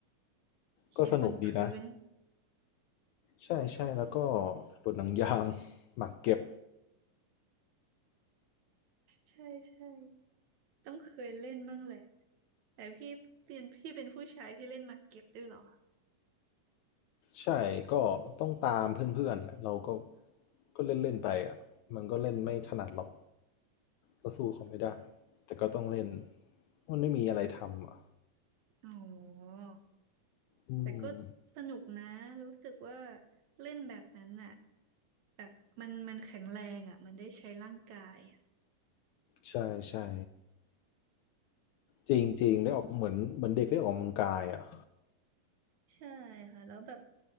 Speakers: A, on the right; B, on the left.
A: เขียนบนพื้น
B: ก็สนุกดีนะใช่ใช่แล้วก็โดดหนังยางหมากเก็บ
A: ใช่ใช่ต้องเคยเล่นบ้างแหละแต่พี่เป็นพี่เป็นผู้ชายพี่เล่นหมากเก็บด้วยเหรอ
B: ใช่ก็ต้องตามเพื่อนๆแหละเราก็ก็เล่นเล่นไปอ่ะมันก็เล่นไม่ถนัดหรอกก็สู้เขาไม่ได้แต่ก็ต้องเล่นมันไม่มีอะไรทำอ่ะ
A: อ๋อ
B: อืม
A: แต่ก็สนุกนะรู้สึกว่าเล่นแบบนั้นน่ะแบบมันมันแข็งแรงอ่ะมันได้ใช้ร่างกายอะ
B: ใช่ใช่ จริงจริงได้ออกเหมือนเหมือนเด็กได้ออกกำลังกายอ่ะ
A: ใช่ค่ะแล้วแบบ